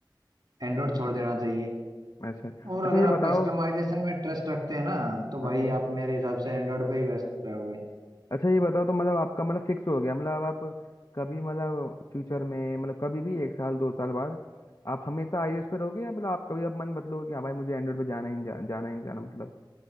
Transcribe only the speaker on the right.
एंड्रॉइड छोड़ देना चाहिए
और
अगर
आप
कस्टमाइजेशन में ट्रस्ट रखते हैं ना तो भाई
आप मेरे हिसाब से एंड्रॉइड पे ही व्यस्त रहोगे